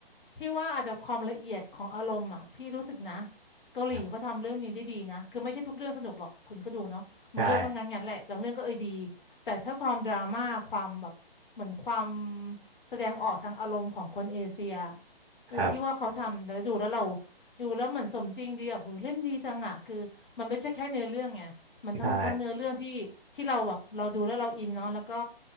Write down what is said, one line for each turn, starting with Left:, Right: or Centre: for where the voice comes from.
Left: พี่ว่าอาจจะความละเอียดของอารมณ์อ่ะพี่รู้สึกนะเกาหลีเขาทำเรื่องนี้ได้ดีนะคือไม่ใช่ทุกเรื่องสนุกหรอกคุณก็ดูเนาะบางเรื่องก็งั้นๆแหละบางเรื่องก็เอยดี
Right: ครับใช่
Left: แต่ถ้าความดราม่าความแบบเหมือนความแสดงออกทางอารมณ์ของคนเอเชียเออพี่ว่าเขาทำแล้วดูแล้วเรา
Right: ครับ
Left: ดูแล้วเหมือนสมจริงดีอ่ะโหเล่นดีจังอ่ะคือมันไม่ใช่แค่เนื้อเรื่องไงมันทั้งทั้งเนื้อเรื่องที่ที่เราแบบเราดูแล้วเราอินเนาะแล้วก็
Right: ใช่